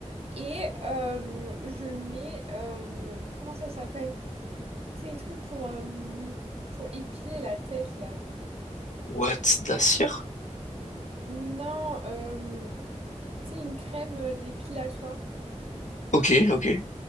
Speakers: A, on the right; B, on the left.
A: et euh, je mets... euh, comment ça s'appelle? C'est les trucs pour, euh, pour épiler la tête, là.
B: What, de la cire?
A: Non, euh, c'est une crème euh, dépilatoire.
B: Ok, ok.